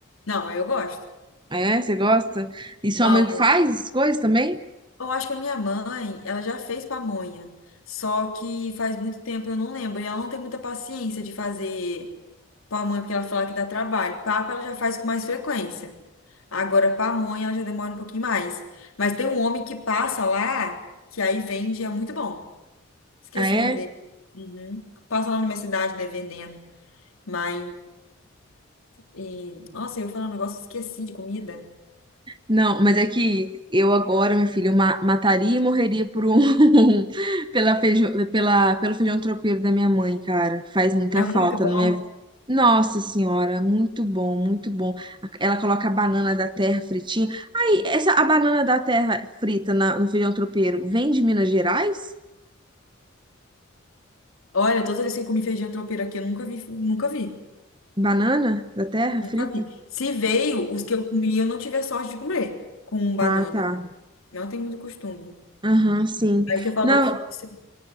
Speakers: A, on the left; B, on the right.
A: Não, eu gosto.
B: Ah, É, você gosta? E sua
A: Amo.
B: mãe faz as coisas também?
A: Eu acho que a minha mãe, ela já fez pamonha, só que faz muito tempo eu não lembro, e ela não tem muita paciência de fazer pamonha porque ela fala que dá trabalho. Papa ela já faz com mais frequência. Agora pamonha ela já demora um pouquinho mais. Mas tem um homem que passa lá, que aí vende, é muito bom. Esqueci
B: Ah, é?
A: o nome dele. Uhum. Passa lá na minha cidade, né, vendendo. Mas, e, nossa, eu ia falar um negócio, esqueci de comida.
B: Não, mas é que eu agora, meu filho, eu ma- mataria e morreria por um <laughs> pela feijão, pela, pelo feijão tropeiro da minha mãe, cara. Faz muita
A: É
B: falta
A: muito bom.
B: na minha vida. Nossa senhora, muito bom, muito bom. Ela coloca a banana da terra fritinha. Aí, essa a banana da terra frita na- no feijão tropeiro vem de Minas Gerais?
A: Olha, toda vez que eu comi feijão tropeiro aqui, eu nunca vi, nunca vi.
B: Banana da terra
A: Nunca
B: frita?
A: vi. Se veio, os que eu comi, eu não tive a sorte de comer com banana.
B: Ah, tá.
A: Não tem muito costume.
B: Aham, sim.
A: Aí você falou
B: Não,
A: que. que você-